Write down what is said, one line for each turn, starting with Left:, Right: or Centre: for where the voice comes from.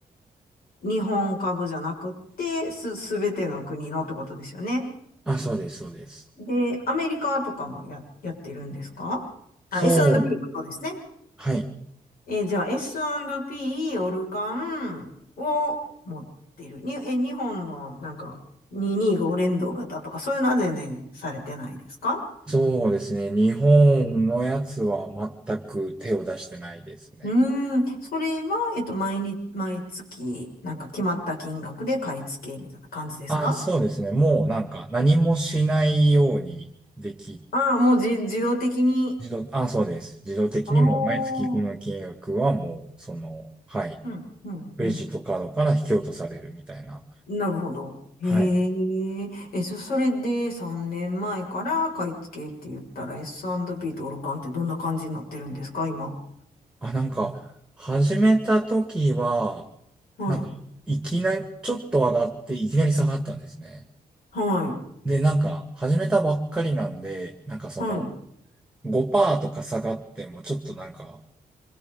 Left: 日本株じゃなくって、す、すべての国のってことですよね。
Centre: あ、そうです、そうです。
Left: で、アメリカとかもや、やってるんですかあ、
Centre: そう
Left: S&P もそうですね。
Centre: はい。
Left: えーじゃあ S&P オルカンを持ってる。に、えー、日本のなんか225連動型とかそういうのは全然されてないですか
Centre: そうですね。日本のやつは全く手を出してないですね。
Left: うーん、それは、えっと、毎日、毎月、なんか決まった金額で買い付けみたいな感じですか
Centre: あ、そうですね。もうなんか何もしないようにでき、
Left: ああー、もうじ、自動的に。
Centre: 自動、あ、そうです。自動的にもう毎月この金額はもう、
Left: ああ、
Centre: その、はい。
Left: うん、うん、
Centre: クレジットカードから引き落とされるみたいな。
Left: うん。なるほど。へえ。
Centre: はい。
Left: え、そ、それで3年前から買い付けって言ったら S&P とオルカンってどんな感じになってるんですか、今。
Centre: あ、なんか、始めた時は、
Left: はい。
Centre: なんか、いきなり、ちょっと上がって、いきなり下がったんですね。
Left: はい。
Centre: で、なんか、始めたばっかりなんで、なんかその、
Left: はい。
Centre: 5%とか下がってもちょっとなんか、